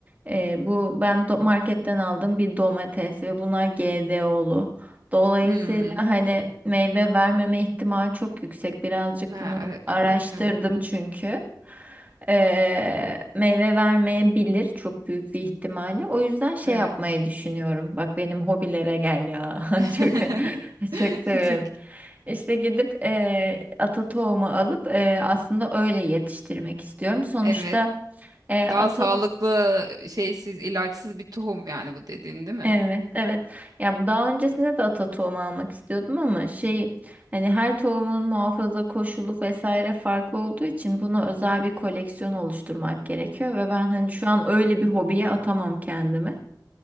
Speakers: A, on the right (about 20°); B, on the right (about 55°).
A: Ee, bu ben do- marketten aldım bir domates ve bunlar GDO'lu. Dolayısıyla
B: Hmm.
A: hani meyve vermeme ihtimali çok yüksek. Birazcık
B: Ha,
A: bunu
B: e-
A: araştırdım
B: o da- evet.
A: çünkü. Ee, meyve vermeyebilir çok büyük bir ihtimalle. O yüzden şey
B: Evet.
A: yapmayı düşünüyorum. Bak benim hobilere gel ya. <laughs>
B: <laughs>
A: Çok. <laughs> Çok seviyorum.
B: Çok.
A: İşte gidip eee ata tohumu alıp eee, aslında öyle yetiştirmek istiyorum. Sonuçta
B: Evet.
A: eee,
B: Daha
A: ata
B: sağlıklı şeysiz, ilaçsız bir tohum yani bu dediğin değil mi?
A: evet evet ya daha öncesinde de ata tohumu almak istiyordum ama şey hani her tohumun muhafaza koşulu vesaire farklı olduğu için buna özel bir koleksiyon oluşturmak gerekiyor ve ben hani şu an öyle bir hobiye atamam kendimi.